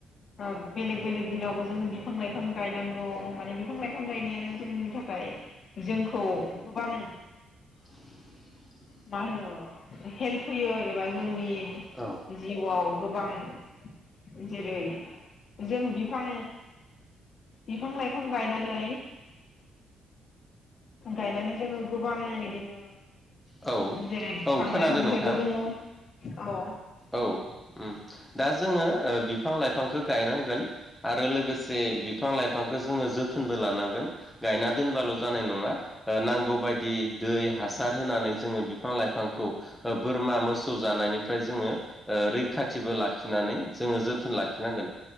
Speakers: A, on the left; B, in the centre.
A: ओ बेलेग बेलेग दिनावबो जोङो बिफां- लाइफां गायनांगौ माने बिफां लाइफां गायनायानो जोंनि थाखाय जोंखौ गोबां
B: <inaudible>
A: मा होनो हेल्प होयो एबा जोंनि
B: औ
A: जिउआव गोब बां जेरै जों बिफां बिफां- लाइफां गायनानै गायनानै जोङो गोबां इदिनो
B: औ
A: जेरै बिफां
B: औ खोनादों
A: -लाइफांनिफायबो
B: नोंथां
A: जोङो औ
B: औ उम दा जोङो ओ बिफां- लाइफांखो गायनांगोन आरो लोगोसे बिब फां लाइफांखो जोङो जोथोनबो लानांगोन गायना दोनबाल' जानाय नङा ओ नांगौ बायदि दै हासार होनानै जोङो बिफां- लाइफांखौ ओ बोरमा मोसौ जानायनि फ्राय जोङो ओ रैखाथिबो लाखिनानै जोङो जोथोन लाखिनांगोन